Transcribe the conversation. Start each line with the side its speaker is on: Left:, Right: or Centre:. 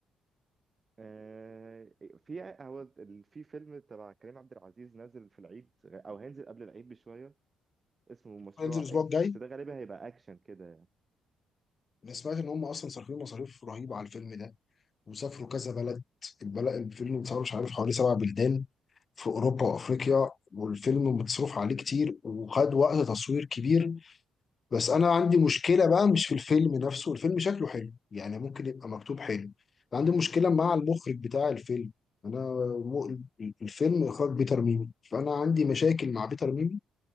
Right: آه، في هو ال- في فيلم تبع كريم عبد العزيز نازل في العيد او هينزل قبل العيد بشويه اسمه مشروع
Left: هينزل الاسبوع
Right: اكس
Left: الجاي
Right: بس ده غالبا هيبقى اكشن كده يعني
Left: انا سمعت ان هم اصلا صارفين مصاريف رهيبه على الفيلم ده وسافروا كذا بلد البلد الفيلم اتصور مش عارف حوالي سبع بلدان في أوروبا وأفريقيا والفيلم متصرف عليه كتير وخد وقت تصوير كبير بس أنا عندي مشكلة بقى مش في الفيلم نفسه الفيلم شكله حلو يعني ممكن يبقى مكتوب حلو عندي مشكلة مع المخرج بتاع الفيلم أنا م... الفيلم إخراج بيتر ميمي فأنا عندي مشاكل مع بيتر ميمي